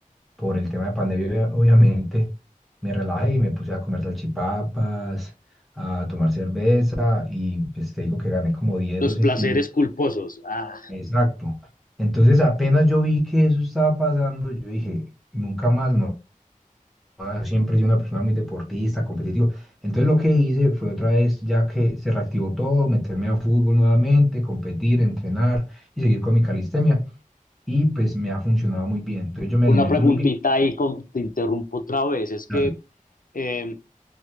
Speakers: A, in the centre; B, on the left.
A: por el tema de pandemia, obviamente. Me relajé y me puse a comer salchipapas, a tomar cerveza y pues te digo que gané como 10,
B: Los
A: 12
B: placeres
A: kilos.
B: culposos. Ah,
A: Exacto. Entonces apenas yo vi que eso estaba pasando, yo dije, nunca más me ah, siempre he sido una persona muy deportista, competitiva. Entonces lo que hice fue otra vez, ya que se reactivó todo, meterme a fútbol nuevamente, competir, entrenar y seguir con mi calistenia. Y pues me ha funcionado muy bien. Entonces yo me
B: una
A: alimento
B: preguntita
A: muy bien.
B: ahí, con- te interrumpo otra vez. Es que
A: Ah,
B: eh,